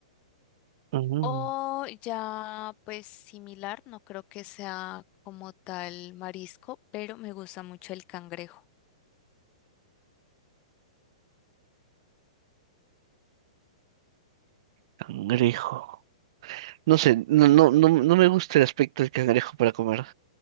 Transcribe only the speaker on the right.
Mm,
cangrejo. No sé, no, no, no, no me gusta el aspecto del cangrejo para comer.